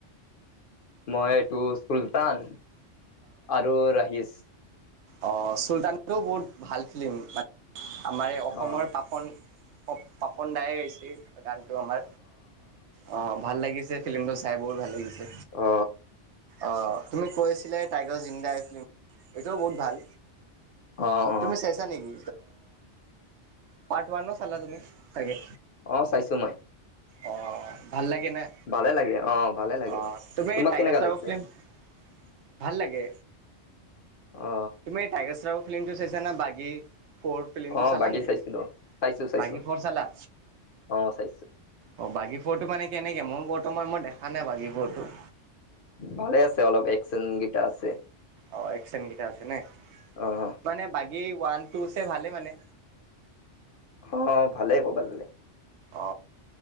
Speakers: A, on the left (about 60°); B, on the right (about 70°).
A: মই এইটো চুলতান আৰু ৰাহিচ।
B: আহ চুলতানও বহুত ভাল ফিল্মান আমাৰ এই অসমৰ
A: অ
B: পাপন। প পাপন দাই গাইছিল গানতটো আমাৰ অ ভাল লাগিছিল। ফিল্মটো চাই বহুত ভাল লাগিছে
A: অ
B: অ। তুমি কৈ আছিলে টাইগাৰ জিন্ডাই ফিল্ম এইটোও, বহুত ভাল।
A: অ অ
B: তুমি চাইছা নেকি? পাৰ্ট ওৱানও চালা তুমি চাগে।
A: অ চাইছো মই
B: অ ভাল লাগে ন।
A: ভালে লাগে অ ভালে লাগে
B: অ তুমি
A: তোমাক
B: টাইগাৰ
A: কেনেকা
B: চাহৰ
A: লাগিছে
B: ফিল্ম। ভাল লাগে,
A: অ
B: তুমি টাইগাৰছ ৰাওৰ ফিল্মটো চাইছা না বঘি। ফ'ৰ ফ্লিমটো
A: অ
B: চালা
A: বাকী
B: নেকি
A: চাইছিলো চাইছো চাইছো
B: বাঘি ফৰ চালা।
A: অ চাইছো
B: অ বাগী ফুৰতটো মানে কেনেকে মোৰ বৰ্তমান মই দেখা নাই বাগী ফুৰটো।
A: ভালে আছে অলপ একসংগীটা আছে।
B: অ একচন গীতা আছে নে।
A: অ হ।
B: মানে বাকী ওৱান টু চে ভালে মানে।
A: অ ভালেই ক'বা যে।
B: অ অ